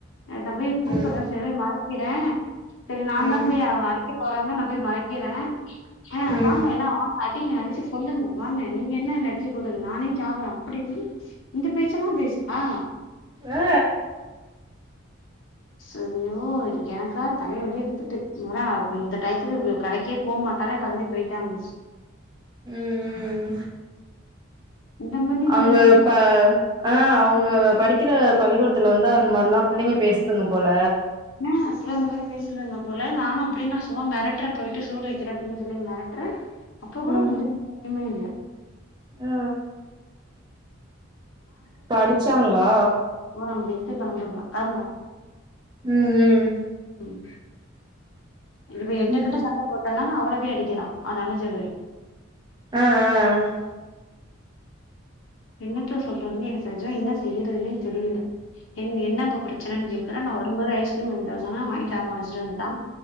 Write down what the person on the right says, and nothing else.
ம்
ம்
ம்
ஆ
ம் ம்
அங்க
இப்ப ஆ அவுங்க படிக்கிற பள்ளிக்கூடத்துல வந்து அந்த மாரிலா பிள்ளைங்க பேசுதுங்க போல
ம்
ஆ இப்ப அடிச்சாங்களா
ம் ம்
ம்
ஆ ஆ